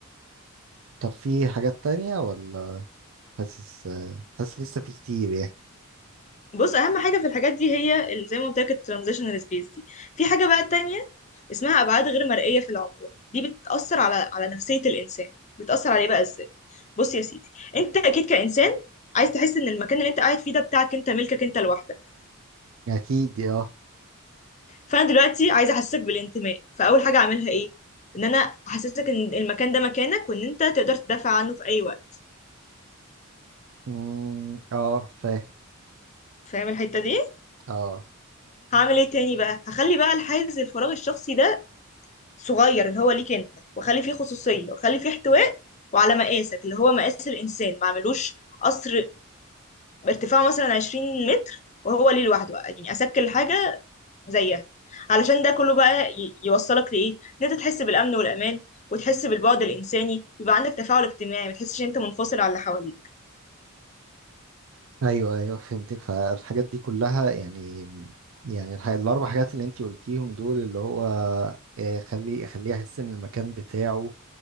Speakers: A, on the right; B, on the left.
A: طب في حاجات تانية ولا حاسس آه، حاسس لسه في كتير يعني
B: بص اهم حاجه في الحاجات دي هي ال- زي ما قلت لك الترانزيشنال سبيس دي في حاجه بقى تانية اسمها ابعاد غير مرئيه في العمر دي بتاثر على على نفسيه الانسان بتاثر عليه بقى ازاي بص يا سيدي انت اكيد كانسان عايز تحس ان المكان اللي انت قاعد فيه ده بتاعك انت ملكك انت لوحدك
A: اكيد اه
B: فانا دلوقتي عايزه احسسك بالانتماء فاول حاجه اعملها ايه ان انا احسسك ان المكان ده مكانك وان انت تقدر تدافع عنه في اي وقت
A: مم، اه فاهم
B: فاهم الحته دي
A: اه
B: هعمل ايه تاني بقى هخلي بقى الحيز الفراغ الشخصي ده صغير اللي هو ليك انت واخلي فيه خصوصيه واخلي فيه احتواء وعلى مقاسك اللي هو مقاس الانسان ما اعملوش قصر ارتفاعه مثلا 20 متر وهو ليه لوحده يعني اسكل حاجه زيها علشان ده كله بقى ي- يوصلك لإيه ان انت تحس بالأمن والأمان وتحس بالبعد الإنساني ويبقى عندك تفاعل اجتماعي ما تحسش ان انت منفصل عن اللي حواليك
A: ايوه ايوه فهمتك فالحاجات دي كلها يعني يعني الح- الاربع حاجات اللي انتي قلتيهم دول اللي هو آه، خليه خليه يحس ان المكان بتاعه